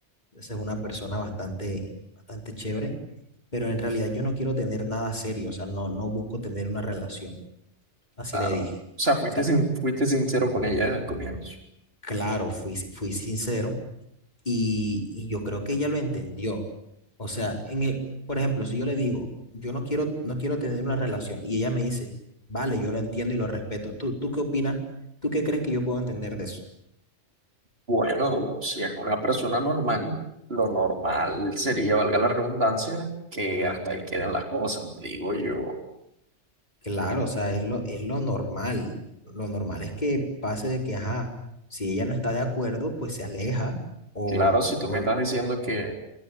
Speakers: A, on the left; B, on the right.
A: es una persona bastante, bastante chévere, pero en realidad yo no quiero tener nada serio, o sea, no, no busco tener una relación. Así
B: Claro.
A: le dije.
B: O sea, fuiste,
A: O sea,
B: sin- fuiste sincero con ella al comienzo.
A: claro, fui, fui sincero Y, y yo creo que ella lo entendió. O sea, en el, por ejemplo, si yo le digo, yo no quiero, no quiero tener una relación, y ella me dice, vale, yo lo entiendo y lo respeto. ¿Tú, tú qué opinas? ¿Tú qué crees que yo puedo entender de eso?
B: Bueno, si es una persona normal, lo normal sería, valga la redundancia, que hasta ahí queden las cosas, digo yo.
A: Claro, o sea, es lo, es lo normal. Lo normal es que pase de que, ajá, si ella no está de acuerdo, pues se aleja. O,
B: Claro, si
A: o
B: tú me estás diciendo que